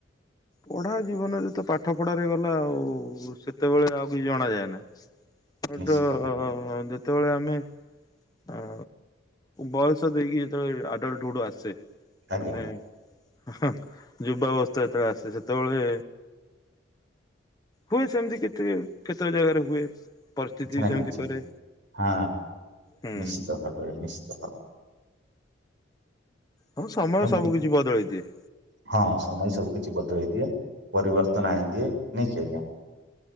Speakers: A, on the left; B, on the right.
A: ପଢା ଜୀବନରେ ତ ପାଠ ପଢାରେ ଗଲା ଆଉ ସେତେବେଳେ ଆଉ କିଛି ଜଣା ଯାଏ ନା।
B: <unintelligible>
A: ଟ
B: ଭାବରେ
A: ଯେତେବେଳେ ଆମେ ଆ ବୟସ ଦେଇକି ଯେତେବେଳେ ଆଡଲ୍ଟ ହୁଡ ଆସେ
B: ଆଜ୍ଞା
A: ମାନେ ହୁଁ ଯୁବା ଅବସ୍ଥା ଯେତେବେଳେ ଆସେ ସେତେବେଳେ ହୁଏ ସେମତି କେତେ କେତେବେ ଜାଗାରେ ହୁଏ। ପରିସ୍ଥିତି
B: କିଛି
A: ବି
B: ନା
A: ସେମିତି
B: କିଛି
A: କରେ
B: ହଁ
A: ହୁଁ।
B: ନିଶ୍ଚିତ ଭାବରେ ନିଶ୍ଚତ ଭାବ
A: ହଁ ମ ସମୟ
B: ଏମିତି
A: ସବୁ କିିଛି ବଦଳେଇ ଦିଏ।
B: ହଁ ସମୟ ସବୁ କିଛି ବଦଳେଇ ଦିଏ ପରିବର୍ତ୍ତନ ଆଣିଦିଏ ନାଇକି ଆଜ୍ଞା